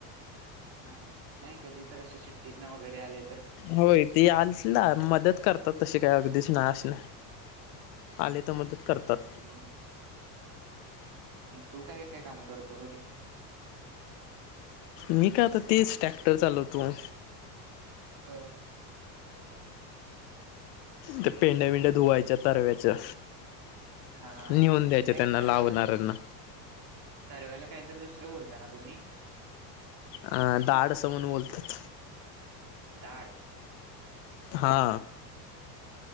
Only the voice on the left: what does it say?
होय ते आला मदत करतात तशी काय अगदीच नाश. आले तर मदत करतात.
मी का आता तेच ट्रॅक्टर चालवतो.
ते पेंड्या बिंड्या धुवायच्या तरव्याच्या.
नेऊन द्यायच्या
त्यांना
लावणाऱ्यांना
ं दाड असं म्हणून बोलतात.
हा.